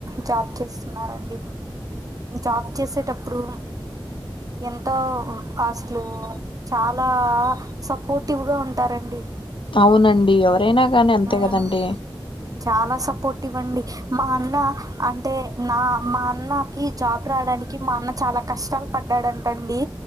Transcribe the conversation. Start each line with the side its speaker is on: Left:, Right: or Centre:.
Right: జాబ్ చేస్తున్నారండి జాబ్ చేసేటప్పుడు ఎంతో ఆస్తులు చాలా సపోర్టివ్గా ఉంటారండి
Left: అవునండి ఎవరైనా కానీ అంతే
Right: ఉమ్
Left: కదండి
Right: చాలా సపోర్టివ్ అండి మా అన్న అంటే నా మా అన్నకి జాబ్ రావడానికి మా అన్న చాలా కష్టాలు పడ్డాడంటండి